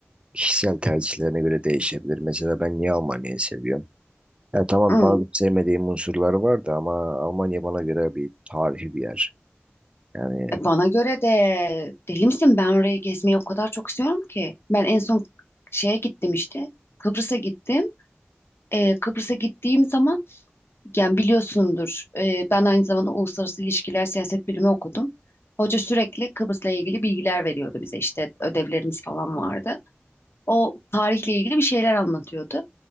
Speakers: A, on the right; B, on the left.
A: kişisel tercihlerine göre değişebilir. Mesela ben niye Almanya'yı seviyorum? Ya tamam
B: Hı.
A: bazı sevmediğim unsurları vardı ama Almanya bana göre bir tarihi bir yer. Yani
B: E, Bana göre de deli misin? Ben orayı gezmeyi o kadar çok istiyorum ki. Ben en son şeye gittim işte. Kıbrıs'a gittim. Ee, Kıbrıs'a gittiğim zaman Yani biliyorsundur, e, ben aynı zamanda uluslararası ilişkiler siyaset bilimi okudum. Hoca sürekli Kıbrıs'la ilgili bilgiler veriyordu bize işte ödevlerimiz falan vardı. O tarihle ilgili bir şeyler anlatıyordu.